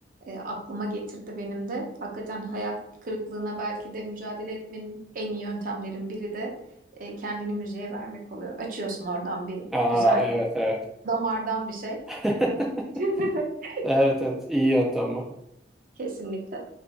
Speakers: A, on the right (about 50°); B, in the centre.
A: e, aklıma getirdi benim de. Hakikaten hayal kırıklığına belki de mücadele etmenin en iyi yöntemlerin biri de e, kendini müziğe vermek oluyor. Açıyorsun oradan bir
B: Aa
A: güzel
B: evet evet.
A: damardan bir şey.
B: <laughs>
A: <laughs>
B: Evet evet iyi yöntem bu.
A: Kesinlikle.